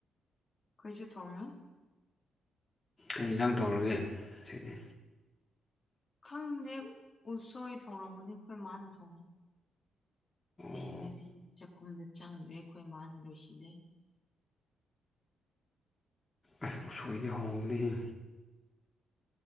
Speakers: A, on the left; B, on the left.
A: ꯑꯩꯈꯣꯏꯁꯨ ꯊꯣꯡꯉꯤ
B: ꯀꯩ ꯌꯦꯟꯖꯥꯡ ꯇꯧꯔꯒꯦ ꯁꯤꯅꯤ
A: ꯈꯪꯗꯦ ꯎꯁꯣꯏ ꯊꯣꯡꯡꯂꯝꯒꯅꯤ ꯑꯩꯈꯣꯏ ꯃꯥꯅ ꯊꯣꯡꯉꯅꯤ ꯑꯩ
B: ꯑꯣ
A: ꯉꯁꯤ ꯆꯥꯛꯈꯨꯝꯗ ꯆꯪꯗ꯭ꯔꯦ ꯑꯩꯈꯣꯏ ꯏ ꯃꯥꯅ ꯂꯣꯏꯁꯤꯜꯂꯦ
B: ꯑꯁ ꯎꯁꯣꯏꯗꯤ ꯍꯥꯎꯅꯤꯍ